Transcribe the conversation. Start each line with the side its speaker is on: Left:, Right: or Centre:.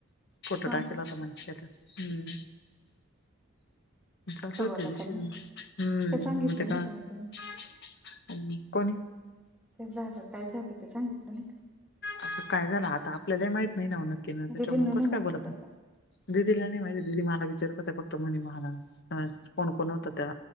Left: फोटो
Centre: हा
Left: टाकला
Centre: का
Left: होता म्हणे त्याच हम्म. <unintelligible>
Centre: खोटं बोलत आहे ना काय सांगितलं नाही का मग तुम्ही
Left: आणि कोण ये.
Centre: तेच झालं काय झालं ते, सांगितलं नाही कां.
Left: असं काय झालं आता आपल्याला माहित नाही ना, नक्की ना
Centre: का
Left: त्याच्यामुळ
Centre: दिदींना नाही
Left: कसं
Centre: माहिती
Left: काय बोलत.
Centre: का
Left: दिदीला नाही माहिती दिदी मला विचारत होत्या, फक्त म्हणे मला कोण कोण होत त्या.